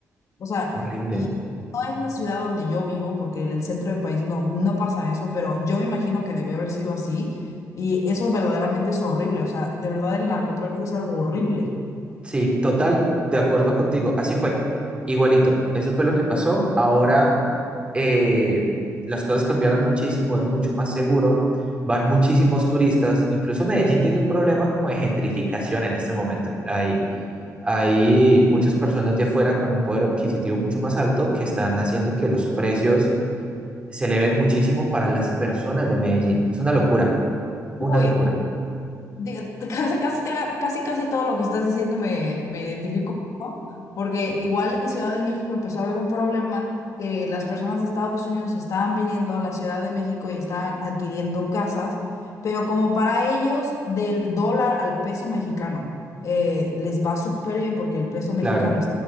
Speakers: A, on the left; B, on the right.
A: O sea,
B: horrible.
A: y no es la ciudad donde yo vivo, porque en el centro del país no, no pasa eso, pero yo me imagino que debió haber sido así. Y eso verdaderamente es horrible. O sea, de verdad el narcotráfico es algo horrible.
B: Sí, total, de acuerdo contigo. Así fue, igualito. Eso fue lo que pasó. Ahora eh, las cosas cambiaron muchísimo, es mucho más seguro. Van muchísimos turistas. Incluso Medellín tiene un problema como de gentrificación en este momento. Hay, hay muchas personas de afuera con un poder adquisitivo mucho más alto que están haciendo que los precios se eleven muchísimo para las personas de Medellín. Es una locura,
A: Uy,
B: una locura.
A: Digo, <laughs> casi, casi, te- casi, casi todo lo que estás diciendo me, me identifico, ¿no? porque igual en Ciudad de México empezó a haber un problema que las personas de Estados Unidos estaban viniendo a la Ciudad de México y estaban adquiriendo casas, pero como para ellos del dólar al peso mexicano eh, les va súper bien porque el peso mexicano
B: Claro.